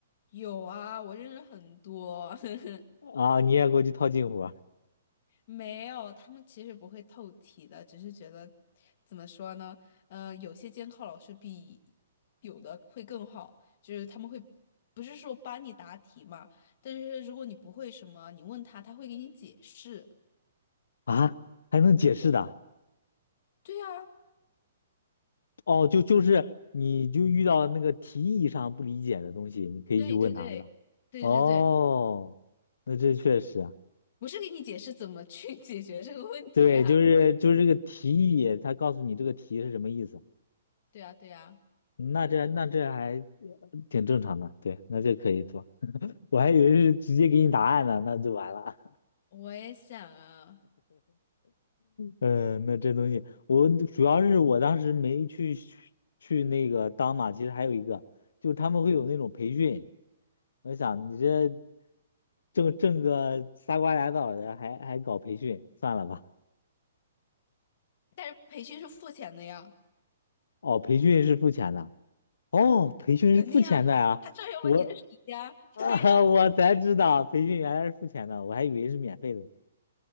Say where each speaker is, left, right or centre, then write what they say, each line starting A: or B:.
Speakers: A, on the left (about 50°); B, on the left (about 85°).
A: 有啊，我认识很多。<laughs>
B: 啊，你也过去套近乎
A: 没有，他们其实不会透题的，只是觉得怎么说呢？呃，有些监考老师比有的会更好，就是他们会不是说帮你答题嘛，但是如果你不会什么，你问他，他会给你解释。
B: 啊，<laughs> 啊还能解释的？
A: 对啊，
B: 哦，就就是你就遇到了那个题意上不理解的东西，你可以去问他，
A: 对对对对对对，
B: 是吧？哦，那这确实啊，
A: 不是给你解释怎么去 <laughs> 解决这个问题啊？
B: 对，就是就是这个题意，他告诉你这个题是什么意思，
A: 对啊对啊，
B: 那这那这还挺正常的，对，那这可以做。我还以为是直接给你答案呢，那就完了。
A: 我也想啊，
B: 嗯，那这东西，我主要是我当时没去去那个当嘛，其实还有一个，就是他们会有那种培训，我想你这挣挣个仨瓜俩枣的，还还搞培训，算了吧。
A: 但是培训是付钱的呀，
B: 哦，培训是付钱的，哦，培训是付钱的呀，
A: 肯定啊，他他占用了你的时间啊对呀。
B: 我 <laughs> 啊，我才知道培训原来是付钱的，我还以为是免费的。